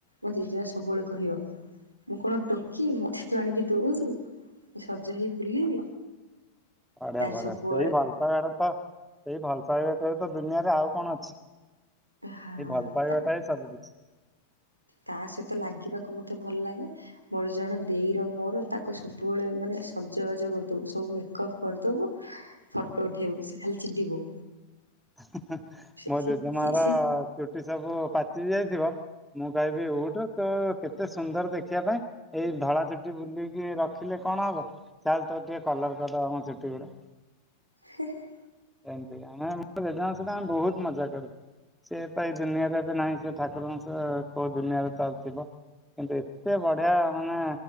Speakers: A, on the right (about 85°); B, in the centre.
A: ମୋ ଜେଜେମା ସବୁବେଳେ କହିବ ମୁଁ କଣ ଟୋକି ମୋତେ ତୁ ଆଣିକି ଦଉଛୁ ସଜ ହେଇ ବୁଲିବି
B: ବଢିଆ
A: ତାର
B: ବଢ଼ିଆ
A: ସବୁଆଡେ
B: ସେଇ ଭଲ ପାଇବାଟା ତ ସେଇ ଭଲ ପାଇବା ବ୍ୟତୀତ ଦୁନିଆରେ ଆଉ କଣ ଅଛି ସେ
A: ହଁ
B: ଭଲ ପାଇବାଟା
A: ତା
B: ହିଁ ସବୁ କିଛି
A: ତା ସହିତ ଲାଗିବାକୁ ମୋତେ ଭଲ ଲାଗେ ମୋର ଜଣେ ଦେଇର ମୋର ତାକୁ ସବୁବେଳେ ମାନେ ସଜବାଜ କରିଦେବୁ ସବୁ ମେକଅପ୍ କରିଦେବୁ ଫଟୋ ଉଠେଇବୁ ସେ ଖାଲି ଚିଡିବ
B: ହଁ ହଁ
A: ସେ
B: ମୋ
A: ସେ
B: ଜେଜେମାର
A: ଚି ସେ
B: ଚୁଟି ସବୁ ପାଚି ଯାଇଥିବ ମୁଁ ଗାାଇବିି ଉଉଠୁ ତ କେତେ ସୁନ୍ଦର ଦେଖିବା ପାଇଁ ଏଇ ଧଳା ଚୁଟି ବୁଲିକି ରଖିଲେ କଣ ହବ ଚାଲ ତୋର ଟିକେ କଲର କରିଦେବା ମ ଚୁଟି ଗୁଡା
A: ହେ ହେ
B: ଏମିତି ଆମେ ଆମ ଜେଜେମାଙ୍କ ସହିତ ଆମେ ବହୁତ ମଜା କରୁ ସେ ତ ଏ ଦୁନିଆରେ ଏବେ ନାହିଁ ସେ ଠାକୁରଙ୍କ ସେ କୋଉ ଦୁନିଆରେ ତ ଥିବ ଏତେ ବଢିଆ ମାନେ